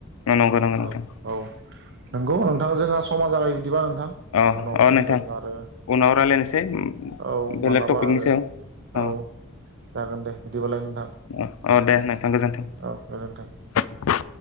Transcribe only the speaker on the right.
औ
औ नोंगौ दा जोंहा समा जाबाय दिबा नोंथां
उनाव
जों आरो
औ
मालाबा
आरो
औ जागोन दे बिदिबालाय नोंथां।
औ गोजोनथों